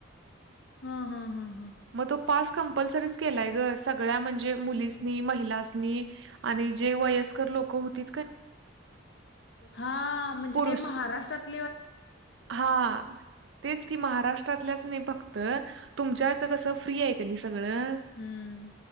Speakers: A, on the left; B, on the right.
A: हा हा हम हम
B: मग तो पास कंपल्सरी केलाय ग सगळ म्हणजे मुलीसनी महिलासनी आणि जे वयस्कर वयस्कर लोक होती
A: हा म्हणजे
B: पुरुष
A: ते महाराष्ट्रात
B: हा तेच कि महाराष्ट्रातल्याच नाही फक्त तुमच्या इथ कस फ्री आहे कि नाही सगळं
A: हम्म